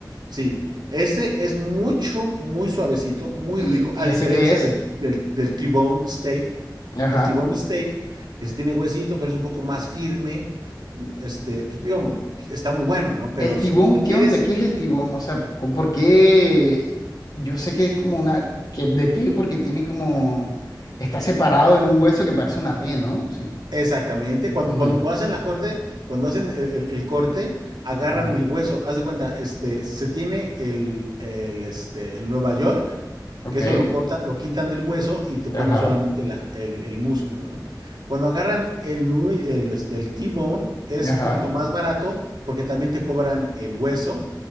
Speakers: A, on the right; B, on the left.
A: Sí, ese es mucho, muy suavecito, muy
B: ¿Y,
A: rico,
B: y
A: a diferencia
B: ese qué es?
A: del, del, del T-bone steak.
B: Ajá.
A: El T-bone steak, que sí tiene huesito, pero es un poco más firme. mm, Este, digamos, está muy bueno, ¿no? Pero
B: El tibón,
A: si tú
B: ¿qué
A: quieres
B: onda? ¿Qué es el tibón? O sea, co- ¿por qué? Yo sé que es como una, que es de T porque tiene como, está separado en un hueso que parece una T, ¿no? Sí.
A: Exactamente, cuando,
B: Ujú,
A: cuando, cuando hacen la corte, cuando hacen el, el- el corte, agarran
B: ujú.
A: el hueso. Haz de cuenta, este, se tiene el, el, este, el Nueva York,
B: Ok.
A: que eso lo cortan, lo quitan del hueso y te
B: Ajá.
A: ponen solamente la, el, el músculo, ¿no? Cuando agarran el, nu- el, este, el T-bone, es
B: Ajá.
A: un poquito más barato porque también te cobran el hueso